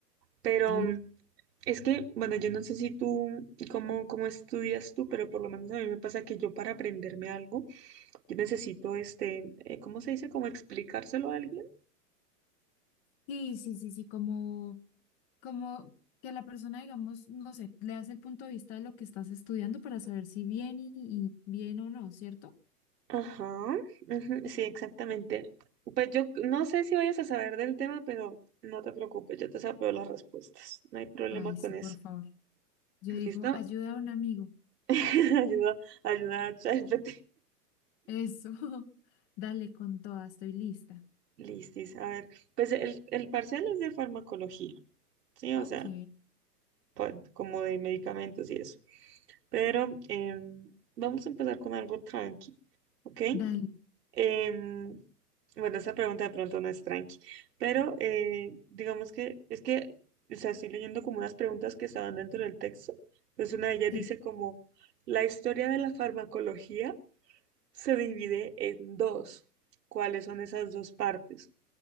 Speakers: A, on the right (about 75°); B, on the left (about 40°).
A: Pero
B: ay,
A: mm, es que, bueno, yo no sé si tú, cómo, cómo estudias tú, pero por lo menos a mí me pasa que yo para aprenderme algo, yo necesito, este, eh, ¿cómo se dice? Como explicárselo a alguien.
B: sí, sí, sí, sí, como, como que la persona, digamos, no sé, le hace el punto de vista de lo que estás estudiando para saber si bien y, y bien o no, ¿cierto?
A: Ajá, ujú, sí, exactamente. Pues yo no sé si vayas a saber del tema, pero no te preocupes, yo te sapeo las respuestas. No hay problema
B: Ay,
A: con
B: sí,
A: eso.
B: por favor. Yo digo,
A: ¿Listo?
B: ayuda a un amigo.
A: <laughs> Ayuda, ayuda a ChatGPT.
B: Eso, <laughs> dale con toda, estoy lista.
A: Listis, a ver. Pues el, el parcial es de farmacología, ¿sí? O
B: Ok.
A: sea, pa- como de medicamentos y eso. Pero em, vamos a empezar con algo tranqui, ¿ok?
B: Dale.
A: Em, bueno, esa pregunta de pronto no es tranqui, pero eh, digamos que es que, o sea, estoy leyendo como unas preguntas que estaban dentro del texto. Entonces una de ellas
B: Sí.
A: dice como, la historia de la farmacología se divide en dos. ¿Cuáles son esas dos partes?